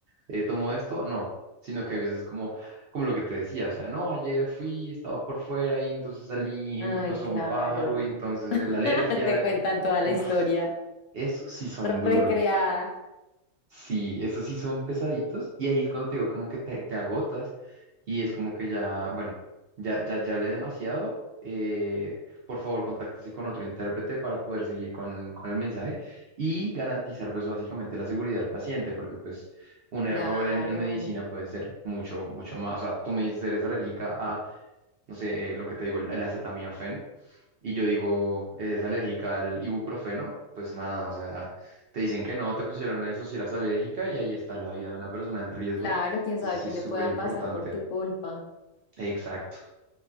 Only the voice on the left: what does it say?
Ay,
claro.
<laughs>
Te cuentan toda
la historia
recreada.
Claro,
claro, quién
sabe
qué
le
pueda
pasar por tu culpa.